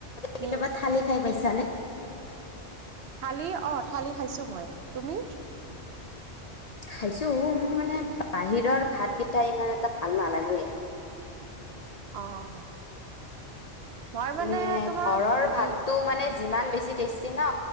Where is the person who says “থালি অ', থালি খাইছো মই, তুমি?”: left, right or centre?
Right